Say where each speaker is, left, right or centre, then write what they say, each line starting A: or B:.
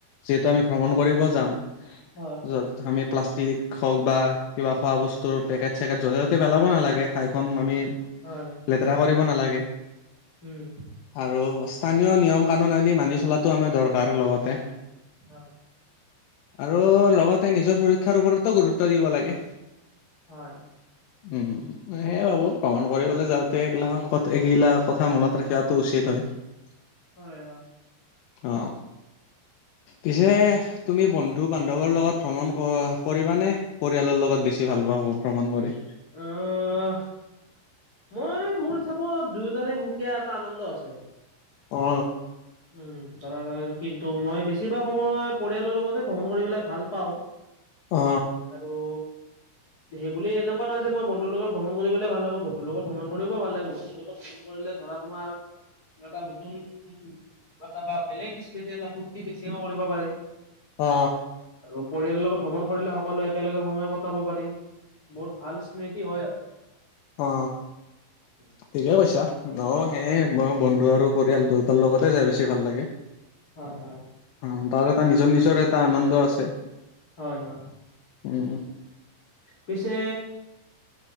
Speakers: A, on the left; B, on the left.
A: যিহেতু আমি ভ্ৰমণ কৰিব যাম,
B: হয়,
A: য'ত আমি প্লাষ্টিক হওক বা কিবা খোৱা বস্তুৰ পেকেট চেকেট য'তে ত'তে পেলাব নালাগে ঠাইখন আমি
B: হয়।
A: লেতেৰা কৰিব নালাগে।
B: উম!
A: আৰু স্থানীয় নিয়ম-কানুন আদি মানি চলাটো আমাৰ দৰকাৰ লগতে
B: <unintelligible>
A: আৰু লগতে নিজৰ সুৰক্ষাৰ ওপৰতো গুৰুত্ব দিব লাগে।
B: হয়।
A: উম, হুম। সেয়ে ভাবো ভ্ৰমণ কৰিবলৈ যাওঁতে এইগিলাখন কত এইগিলা কথা মনত ৰাখিয়াটো উচিত হয়। <unintelligible>
B: হয়, হয়।
A: অ। পিছে তুমি বন্ধু-বান্ধৱৰ লগত ভ্ৰমণ ক কৰিবা নে পৰিয়ালৰ লগত বেছি ভাল পোৱা ভ্ৰমণ কৰি?
B: অহ মই মোৰ হিচাপত দুয়োটাৰে সুকীয়া এটা আনন্দ আছে।
A: অ।
B: উম ধৰা ৰয় কিন্তু মই বেছিভাগ সময় পৰিয়ালৰ লগতে ভ্ৰমণ কৰিব পেলাই ভাল পাওঁ।
A: অ
B: আৰু সেইবুলি এনেকুৱা ন'হয় যে মই বন্ধুৰ লগত ভ্ৰমণ কৰিবলে ভাল নাপাও। বন্ধু লগত ভ্ৰমণ কৰিব ভাল লাগে। বন্ধু লগত ভ্ৰম কৰিলে ধৰা তোমাৰ এটা নতুন বা তাবা বেলেগ কিস্মিতে এটা ফূৰ্তি বেছিকৈ কৰিব পাৰিম।
A: অ।
B: আৰু পৰিয়ালৰ লগত ভ্ৰমণ কৰিলে সকলোৱে একেলগে সময় কটাব পাৰি। বহুত ভাল স্মৃতি হয় আৰু।
A: অ।
B: <unintelligible>
A: ঠিকে কৈছা। ন সে মই বন্ধু আৰু পৰিয়াল দুয়োটাৰ লগতে যাই বেছি ভাল লাগে।
B: হয়, হয়।
A: অ তাৰ এটা নিজৰ নিজৰ এটা আনন্দ আছে।
B: হয়, হয়।
A: উম।
B: পিছে